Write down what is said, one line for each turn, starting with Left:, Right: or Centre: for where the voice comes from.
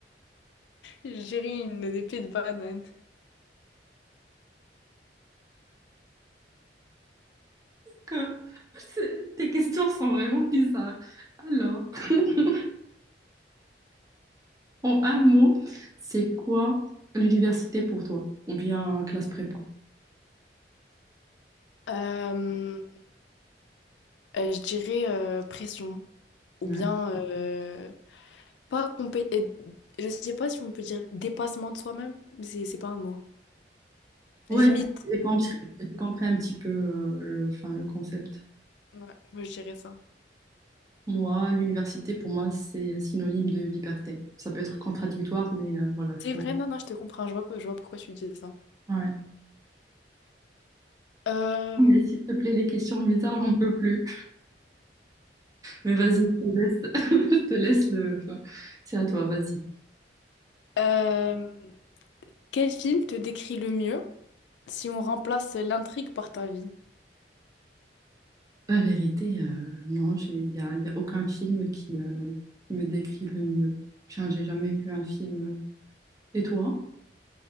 Left: je dirais une des pieds de banane.
Right: que c'est- tes questions sont vraiment bizarres. Alors, <laughs> en un mot, c'est quoi l'université pour toi? Ou bien classe prépa?
Left: Euh, euh, je dirais euh, pression. Ou
Right: Ouais,
Left: bien, euh, pas compé... euh, Je sais pas si on peut dire dépassement de soi-même, mais c'est c'est pas un mot.
Right: Ouais,
Left: Limite.
Right: j'ai compris, j'ai compris un petit peu euh, le, enfin, le concept.
Left: Ouais, moi je dirais ça.
Right: Moi, l'université, pour moi, c'est synonyme de liberté. Ça peut être contradictoire, mais euh, voilà,
Left: C'est
Right: pour
Left: vrai,
Right: moi.
Left: non, non, je te comprends, je vois, que- je vois pourquoi tu dis ça.
Right: Ouais.
Left: Euh,
Right: Mais s'il te plaît, les questions bizarres, j'en peux plus. Mais vas-y, je te laisse, <laughs> je te laisse le. enfin, c'est à toi, vas-y.
Left: euh, quel film te décrit le mieux? Si on remplace l'intrigue par ta vie,
Right: La vérité, euh, non, j'ai, il y a, y a aucun film qui, euh, qui me décrit le mieux. Tiens, j'ai jamais vu un film. Et toi?